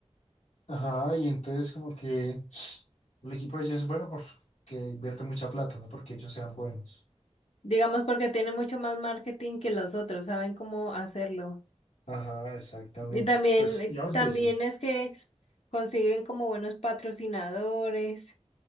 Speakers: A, on the left; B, on the left.
A: Ajá, y entonces como que el equipo de ellos es bueno porque invierte mucha plata, no porque ellos sean buenos.
B: Digamos porque tiene mucho más marketing que los otros, saben cómo hacerlo.
A: Ajá, exactamente.
B: Y también,
A: Pues
B: eh,
A: digamos
B: también
A: que sí.
B: es que consiguen como buenos patrocinadores,